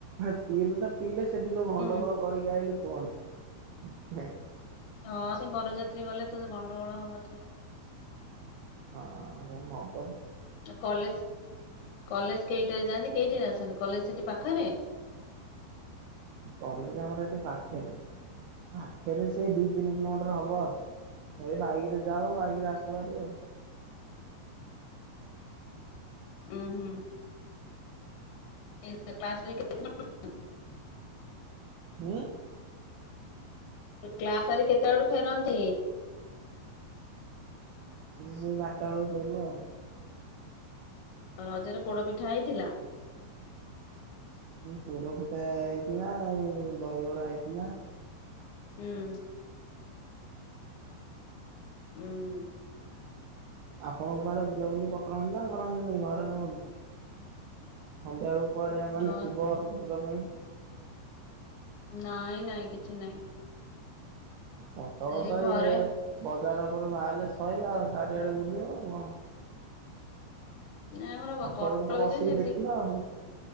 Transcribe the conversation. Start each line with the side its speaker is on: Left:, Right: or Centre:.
Right: ହେ ପିଇଲେ ତ ପିଇଲେ ସେଠି ଯୋଉ ଗଣ୍ଡଗୋଳ
Left: ହୁଁ
Right: କରିକି ଆଇଲେ କୁହନି ହେ।
Left: ହଁ ସେଇ ବରଯାତ୍ରୀ ଗଲେ ତ ସେ ଗଣ୍ଡଗୋଳ ହବା ଥୟ।
Right: ହଁ ହେ ମବ
Left: କଲେଜ କଲେଜ କେଇଟାରେ ଯାଆନ୍ତି କେଇଟାରେ ଆସନ୍ତି? କଲେଜ ସେଠି ପାଖରେ?
Right: କଲେଜ ଆମର ଏଠି ପାଖରେ ପାଖରେ ସେଇ ଦି ତିନି କିଲୋମିଟର ହବ ଆଉ। ଏଇ ବାଇକ ରେ ଯାଉ ବାଇକରେ ଆଶୁଭାରି ଆଉ।
Left: ଉଁ ହୁଁ। <inaudible> କ୍ଲାସ କରି କେତେଟାରେ <inaudible>
Right: ଉଁ।
Left: କ୍ଲାସ ସାରି କେତେ ବଳୁ ଫେରନ୍ତି।
Right: ସେଇ ବାରଟା ବେଳକୁ ଫେରୁ ଆଉ।
Left: ରଜରେ ପୋଡ ପିଠା ହେଇଥିଲା?
Right: ପୋଡ ପିଠା ହେଇଥିଲା ଆଉ ଦହିବରା ହେଇଥିଲା।
Left: ହୁଁ। ଉଁ।
Right: ଆପଣ କୁଆଡେ ବୁଲାବୁଲି କରନ୍ତି ନା? କରନ୍ତି ନାାଇଁ ଘରେ ରୁହନ୍ତି ସନ୍ଧ୍ୟା ବେଳକୁ କୁଆଡେ ମାନେ
Left: ହଁ
Right: ଥିବ ଯିବା ନାଁଇ
Left: ନାଇଁ ନାଇଁ କିଛି ନାଇଁ
Right: କଟକ
Left: ସେଇ
Right: ତ
Left: ଘରେ
Right: ଇଏ ବ ଚାର ଉପରେ ବାହେଲେ ସଇଲା ଆଉ ଚାରିଆଡେ ବୁଲିବ ଆଉ କଣ।
Left: ନାଇଁ ଆମର
Right: ଛାତ
Left: କଟକ
Right: ଉପରେ ତ ବସିକି
Left: ଯେ ସେମିତି
Right: ଦେଖିନ ଆଉ